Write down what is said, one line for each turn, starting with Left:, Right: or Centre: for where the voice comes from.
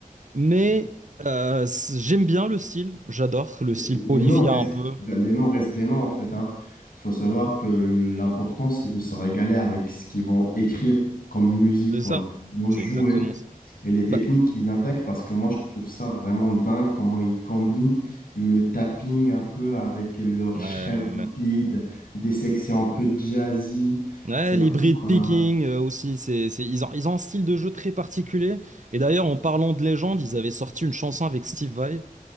Right: Mais euh, c'est- j'aime bien le style. J'adore le
Left: Les
Right: style Polyphia
Left: les noms restent,
Right: un peu.
Left: les noms restent des noms, en fait, hein. Faut savoir que l'important, c'est de se régaler avec ce qu'ils vont écrire comme musique,
Right: C'est
Left: quoi.
Right: ça.
Left: Ils vont
Right: C'est
Left: jouer
Right: exactement ça.
Left: et les techniques
Right: Bah,
Left: qu'ils attaquent, parce que moi, je trouve ça vraiment dingue comment ils combinent le tapping un peu avec leur
Right: ouais,
Left: shred
Right: ouais,
Left: rapide, des sections un peu jazzy.
Right: Ouais,
Left: C'est vraiment,
Right: l'hybrid
Left: euh,
Right: picking euh, aussi, c'est, c'est, ils ont, ils ont un style de jeu très particulier. Et d'ailleurs, en parlant de légende, ils avaient sorti une chanson avec Steve Vai.